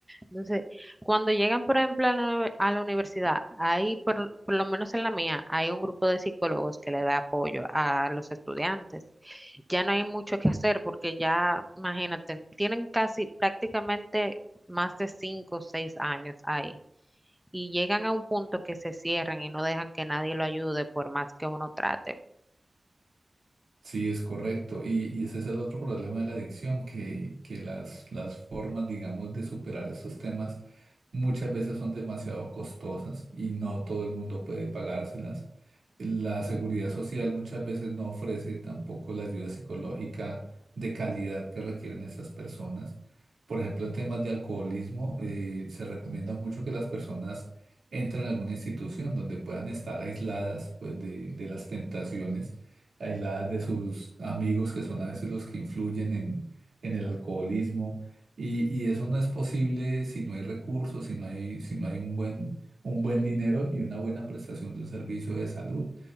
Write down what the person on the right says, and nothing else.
Sí, es correcto. Y, y ese es el otro problema de la adicción, que, que las, las formas, digamos, de superar estos temas muchas veces son demasiado costosas y no todo el mundo puede pagárselas. La seguridad social muchas veces no ofrece tampoco la ayuda psicológica de calidad que requieren estas personas. Por ejemplo, en temas de alcoholismo, eh, se recomienda mucho que las personas entren a alguna institución donde puedan estar aisladas, pues, de de las tentaciones aisladas de sus amigos, que son a veces los que influyen en, en el alcoholismo. Y, y eso no es posible si no hay recursos, si no hay, si no hay un buen, un buen dinero y una buena prestación de un servicio de salud.